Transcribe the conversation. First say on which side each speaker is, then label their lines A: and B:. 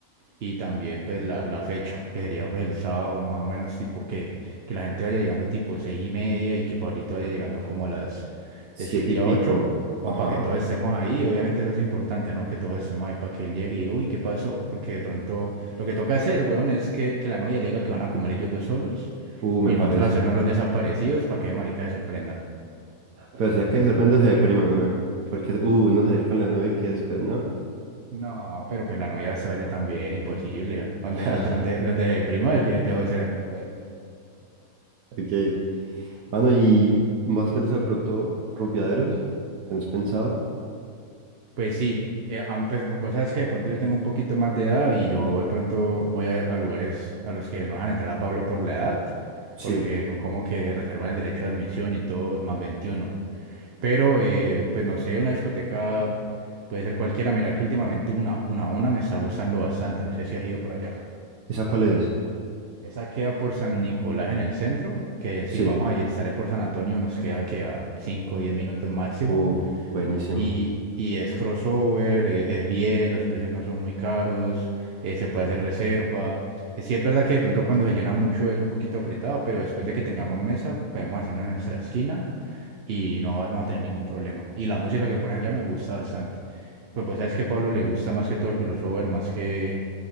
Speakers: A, on the right; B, on the right.
A: Y también pues la, la fecha, que sería pues el sábado más o menos tipo que, que la gente vaya llegando tipo seis y media y que Pablito vaya llegando como a las
B: Siete
A: de siete
B: y pico.
A: a ocho, como
B: Ajá.
A: para que todos estemos ahí. Obviamente eso es importante, ¿no? Que todos estemos ahí para que él llegue y diga, uy, ¿qué pasó? Porque de pronto lo que toca hacer, weón, es que, que la novia le diga que van a comer ellos dos solos
B: Uh, me
A: y
B: parece.
A: nosotros hacernos los desaparecidos para que de marica se sorprenda.
B: Pero será que de repente se deprime, weón. Porque, uh, no salir con la novia y que después, ¿no?
A: No, pero pues la novia va a estar allá también, imposible. Donde,
B: <laughs>
A: nos, donde, donde se dejó de ser amigo él.
B: Ok. Mano, ¿y más pensado de pronto rumbeaderos? ¿Tenés pensado?
A: Pues sí, eh, a mí, pues, vos sabes que de pronto yo tengo un poquito más de edad y yo de pronto voy a, a lugares a los que no dejan entrar a Pablo por la edad,
B: Sí.
A: porque son como que reservan el derecho de admisión y todo, más 21. Pero, eh, pues no sé, una discoteca puede ser cualquiera. Mira que últimamente una, una, una me está gustando bastante, no sé si has ido por allá.
B: ¿Esa cuál es?
A: Esa queda por San Nicolás en el centro, que si
B: Sí.
A: vamos a ir, sale por San Antonio, nos queda que a 5 o 10 minutos máximo.
B: Uh, buenísimo.
A: Y, y es crossover, eh, es bien, los precios no son muy caros, eh, se puede hacer reserva. Eh, sí es verdad que de pronto cuando se llena mucho es un poquito apretado, pero después de que tengamos mesa podemos hacerlo en nuestra esquina y no vamos a tener ningún problema. Y la música que pone allá me gusta bastante. Pues pues sabes que a Pablo le gusta más que todo el crossover, más que,